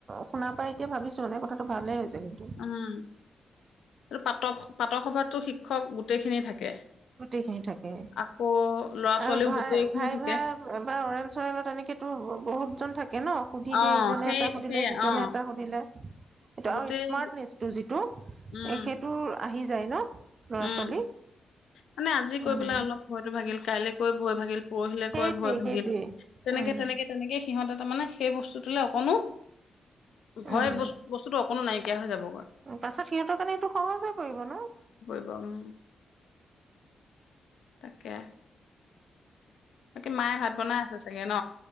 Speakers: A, on the right; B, on the left.
A: শুাৰ পাই এতিয়া ভাবিছো মানে কথাটো ভালে হৈছে। কিন্তু
B: উম এই প্ৰাতঃ প্ৰাতঃ সভাততো শিক শিক্ষক গোটেইখিনি থাকে
A: গোটেইখিনি থাকে
B: আকৌ ল'ৰা-ছোৱালীও
A: আৰু
B: গোটেইখিনি
A: ভাইভাত
B: থাকে।
A: বা অৰেল চৰেজত টো এনেকেতো বহুত <inaudible> ন সুধি
B: অ',
A: দিয়ে ইজনে
B: সেই
A: এটা সুধিলে
B: সেয়া
A: সিজনে
B: অ',
A: এটা সুধিলে সেইটো
B: গোটেই
A: আৰু স্মাৰ্টনেচটো যিটো
B: উম,
A: সেইটো আহি যায় ন লৰা
B: উম,
A: ছোৱালী
B: মানে আজি কৈ
A: উম
B: পেল অলপ হয়তো কাইলৈ কৈ ভয় ভাগিল পৰহিলে
A: সেইটোৱে
B: কৈ ভয় ভাগিল
A: সেইটোৱে
B: তেনেকে
A: উম
B: তেনেকে তেনেকে সিহঁতে তাৰ মানে সেই বস্তুটোলে অকণো ভয়
A: উম
B: বস্ত বস্তুতটো কোনো নাইকিয়া হৈ যাব
A: পাছত সিহঁতৰ কাৰণে এইটো সহজে পৰিব ন
B: গৰম তাকে বাকী মায়ে ভাত বনাই আছে চাগে ন?